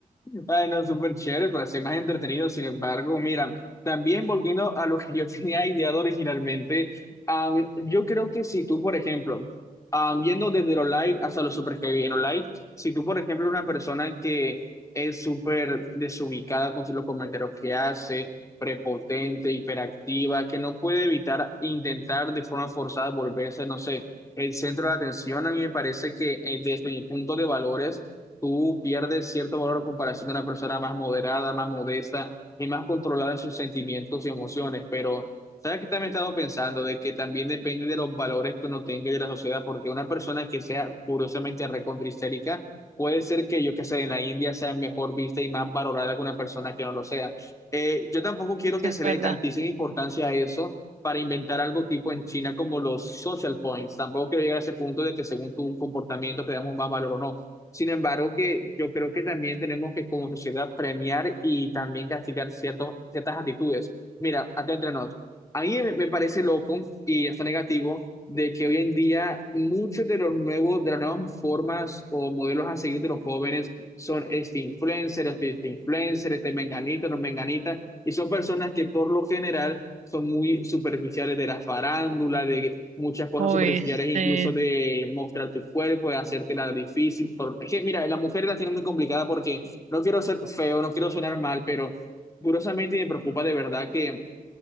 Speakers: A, on the left; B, on the right.
A: Bueno, súper chévere, pero así más entretenido. Sin embargo, mira, también volviendo a lo que yo <laughs> tenía ideado originalmente, am, yo creo que si tú, por ejemplo, am, yendo desde lo light hasta lo super heavy, en lo light, si tú, por ejemplo, eres una persona que es súper desubicada con los comentarios que hace, prepotente, hiperactiva, que no puede evitar intentar de forma forzada volverse, no sé, el centro de atención, a mí me parece que eh, desde mi punto de valores, tú pierdes cierto valor en comparación a una persona más moderada, más modesta y más controlada en sus sentimientos y emociones. Pero, ¿sabes qué también he estado pensando? De que también depende de los valores que uno tenga y de la sociedad, porque una persona que sea curiosamente recontrahistérica puede ser que yo que sé, en la India sea mejor vista y más valorada que una persona que no lo sea. Eh, yo tampoco quiero que
B: es
A: se
B: verdad.
A: le dé tantísima importancia a eso. para inventar algo tipo en China como los social points. Tampoco quiero llegar a ese punto de que según tu comportamiento te damos más valor o no sin embargo, que yo creo que también tenemos que como sociedad premiar y también castigar ciertos, ciertas actitudes. Mira, acá entre nos, a mí me me parece loco y hasta negativo de que hoy en día muchos de los nuevos, de las nuevas formas o modelos a seguir de los jóvenes son este influencer, este, este influencer, este menganito, no menganita, y son personas que por lo general son muy superficiales de la farándula, de muchas cosas
B: Uy,
A: superficiales,
B: este,
A: incluso de mostrar tu cuerpo, de hacértela difícil. Por... Es que, mira, las mujeres la tienen muy complicada porque no quiero ser feo, no quiero sonar mal, pero curiosamente me preocupa de verdad que